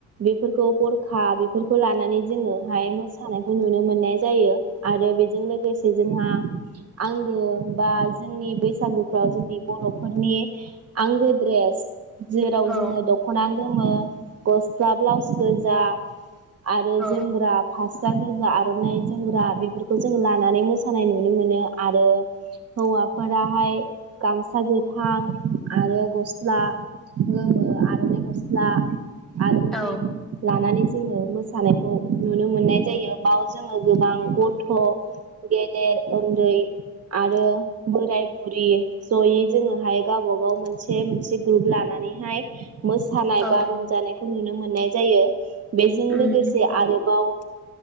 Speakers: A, on the right; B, in the centre.
A: बेफोरखौ गरखा बे बेफोरखौ लानानै जोङोहाय मोसानायखौ नुनो मोननाय जायो। आरो बेजों लोगोसे जोंहा आंगो बा जोंनि बैसागुफ्राव जोंनि बर'फोरनि आंगोद्रेस जेराव
B: औ
A: जोङो दख'ना गोमो गस्ला ब्लाउस गोजा आरो
B: औ
A: जोमग्रा फास्रा गोजा आर'नाइ जोमग्रा बेफोरखौ जों लानानै मोसानाय नु नुनो मोनो आरो हौवाफोराहाय गामसा गोथां आरो गस स्ला गोमो आर'नाइ गस्ला आर'नाइ
B: औ
A: लानानै जोङो मोसानायखौ नुनो मोननाय जायो, बाव जोङो गोबां गथ' गेदेर उन्दै आरो बोराय बुरि जयै जोङोहाय गावबा गाव मोनसे मोनसे ग्रुप लानानैहाय मोस मोसानाय
B: औ
A: बा रंजानायखौ नुनो मोननाय जायो। बेजों
B: उम
A: लोगोसे आरोबाव